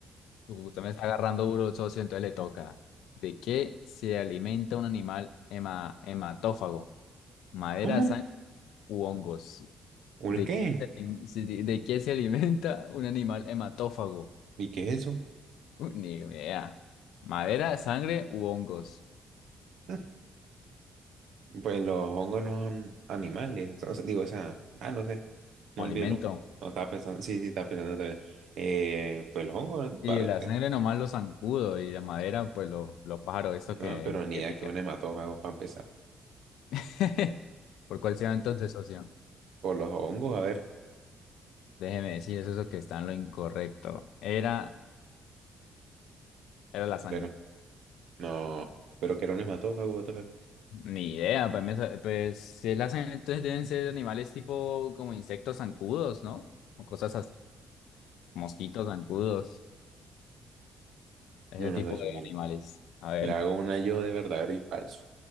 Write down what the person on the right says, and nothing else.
¿Cómo?
¿Un
qué?
¿Y qué es eso?
<laughs> Pues los hongos no son animales, o sea, o sea, digo, o sea, ah, no sé,
no olvídelo.
No estaba pensando, sí, sí, estaba pensando todavía, Eh, pues los hongos,
a ver,
eh,
no,
pero ni
idea
que un hematófago para empezar.
Por los hongos, a ver,
pero, no, pero que era un hematófago, what the fuck.
Yo no
sé,
yo miro.
Le hago una yo de verdadero y falso.